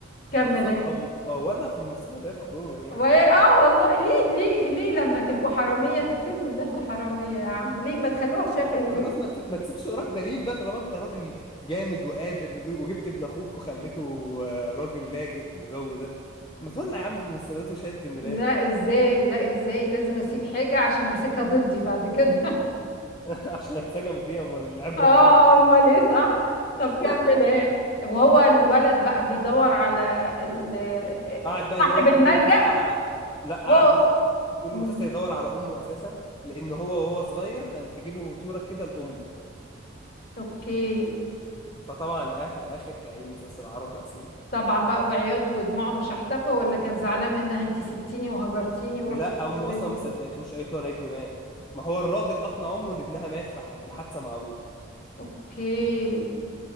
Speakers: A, on the left; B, on the left.
A: بالظبط
B: كمل ايه
A: او او ولع في المستندات عموما يعني
B: وهي اه والله ليه ليه ليه لما تبقوا حرامية تكتبوا ان احنا حرامية يا عم ليه ما تخلوها شفهي
A: خلاص
B: بيه
A: ما تسيب ما تسيبش وراك دليل بقى طالما انت راجل جامد وقادر نج- وجبت ابن اخوك وخليته آه، راجل لاجئ وجو ده ما تولع يا عم في المستندات وشهادة الميلاد
B: لا ازاي لا ازاي لازم اسيب حاجة عشان امسكها ضدي بعد كده
A: <laughs> عشان اتسجن فيها امال العبرة
B: اه
A: فين بقى
B: امال ايه صح طب
A: <laughs>
B: كمل ايه وهو الولد بقى بيدور على ال-
A: قعد بقى
B: صاحب
A: يدور
B: الملجأ
A: طول المسلسل على لا قعد
B: هو
A: طول
B: مم.
A: المسلسل يدور على امه اساسا لان هو وهو صغير كان في جيبه صورة كده لامه
B: اوكي
A: فطبعا لقاها في الاخر كأي مسلسل عربي اصيل
B: طبعا بقى وعياط ودموع وشحتفة ولا كان زعلان منها انتي سبتيني وهجرتيني ورحتي
A: لا
B: تتجوزي
A: امه اصلا ما صدقتهوش قالت له انا ابني مات ما هو الراجل اقنع امه ان ابنها مات في في الحادثة مع ابوه
B: اوكي